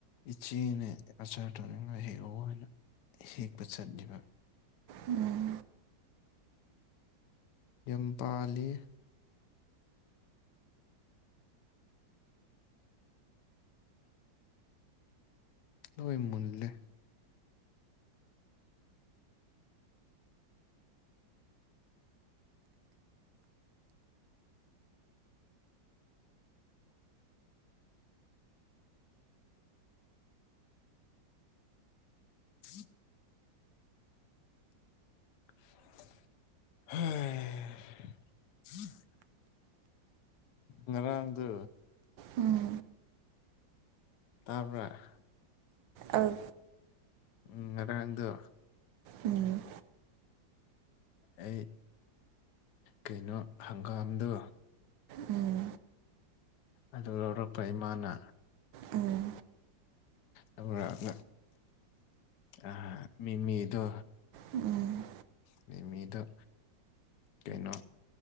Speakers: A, on the left; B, on the right.
A: ꯏꯆꯦꯅ ꯑꯆꯥꯥꯔ ꯇꯧꯅꯤꯡꯉꯥꯏ ꯍꯦꯛꯑꯣ ꯍꯥꯏꯅ ꯍꯦꯛꯄ ꯆꯠꯂꯤꯕ
B: ꯎꯝ
A: ꯌꯨꯝꯄꯥꯂꯤ ꯂꯣꯏ ꯃꯨꯜꯂꯦ <unintelligible> ꯍꯩ ꯉꯔꯥꯡꯗꯨ
B: ꯎꯝ
A: ꯇꯥꯕꯔ
B: ꯑꯥ
A: ꯎꯝ ꯉꯥꯔꯥꯡꯗꯨ
B: ꯎꯝ
A: ꯑꯩ ꯀꯩꯅꯣ ꯍꯪꯒꯥꯝꯗꯣ
B: ꯎꯝ
A: ꯑꯗꯨ ꯂꯧꯔꯛꯄ ꯏꯃꯥꯅ
B: ꯎꯝ
A: ꯂꯧꯔꯛꯑꯒ ꯑ ꯃꯤꯃꯤꯗꯣ
B: ꯎꯝ
A: ꯃꯤꯃꯤꯗꯣ ꯀꯩꯅꯣ